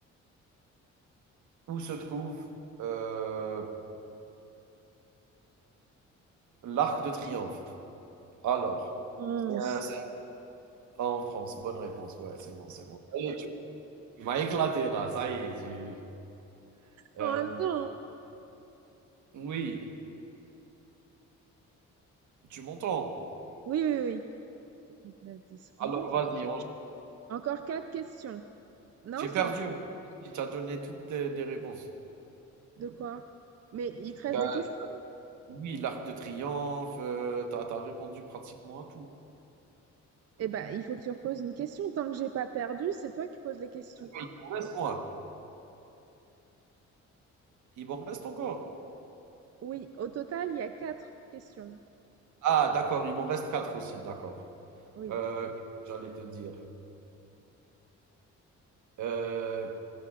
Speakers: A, on the right; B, on the right.
A: où se trouve euh, L'arc de triomphe. Alors,
B: 11.
A: c'est un- c'est un- ah, en France. Bonne réponse. Ouais, c'est bon, c'est bon. Ça y est, tu tu m'as éclaté là. Ça y est. tu- Euh,
B: En même temps.
A: oui, tu m'entends.
B: Oui, oui, oui. 9, 10,
A: Alors,
B: 11.
A: vas-y. on-
B: Encore quatre questions. Non,
A: J'ai
B: c'est
A: perdu.
B: encore
A: Tu as donné toutes tes- des réponses.
B: de quoi? Mais il te reste
A: Ben,
B: des questions.
A: oui, l'arc de triomphe. tu as, répondu pratiquement à tout.
B: Eh ben, il faut que tu reposes une question. Tant que j'ai pas perdu, c'est toi qui poses les questions.
A: Il m'en reste moins. Il m'en reste encore.
B: Oui, au total, il y a quatre questions.
A: Ah, d'accord. Il m'en reste quatre aussi. D'accord.
B: Oui.
A: Euh, J'allais te dire. Euh,